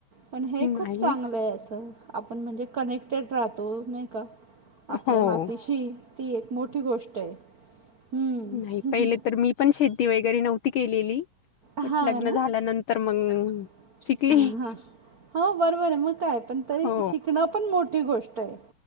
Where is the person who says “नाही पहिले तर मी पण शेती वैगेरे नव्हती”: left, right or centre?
Left